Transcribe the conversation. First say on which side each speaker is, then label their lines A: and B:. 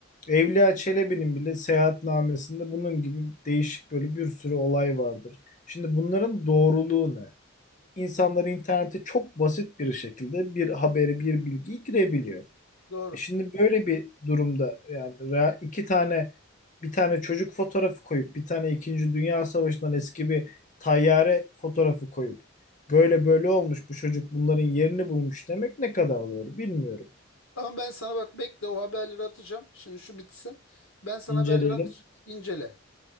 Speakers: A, on the left (about 40°); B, on the left (about 80°).
A: Evliya Çelebi'nin bile seyahatnamesinde bunun gibi değişik böyle bir sürü olay vardır. Şimdi bunların doğruluğu ne? İnsanlar internete çok basit bir şekilde bir haberi, bir bilgiyi girebiliyor.
B: doğru.
A: E şimdi böyle bir durumda yani rea- iki tane bir tane çocuk fotoğrafı koyup bir tane İkinci Dünya Savaşı'ndan eski bir tayyare fotoğrafı koyup böyle böyle olmuş bu çocuk bunların yerini bulmuş demek ne kadar doğru bilmiyorum.
B: Ama ben sana bak bekle o haberleri atacağım. Şimdi şu bitsin. Ben sana
A: İnceleyelim.
B: haberleri atacağım. İncele.